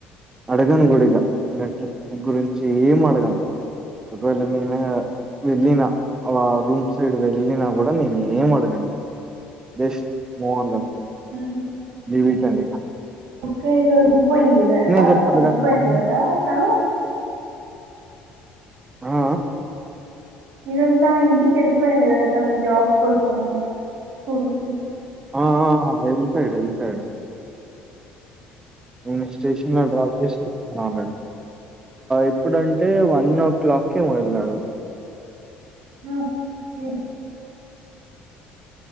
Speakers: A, on the right (about 20°); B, on the right (about 70°).
A: అడగను కూడా ఇక ఇక ట్రిప్ గురించి ఏం అడగాను ఒకవేళ నేను వెళ్ళిన ఆ రూమ్ సైడ్ వెళ్ళిన కూడా నేను ఏం అడగను ఇ జస్ట్ మూంద గంత
B: అయి
A: వీటం
B: ఒకక్కే ఇరోదు పోయిందిడి వదా
A: చెప్పాలి
B: ఇది
A: కానీ
B: పోయింది
A: మనం
B: వదా క
A: ఆ
B: ఈ రోజు తను ఎందుకి వెళ్ళిపోయాడు కదా తన జాబ్ కోసంని స్కూల్కి
A: ఆ హలిఫైడ్ హలిఫైడ్ ఇ స్టేషన్డప్ మే ఎప్పుడంటే వన్ ఓ క్లాక్ే వెళ్ళాడు
B: హ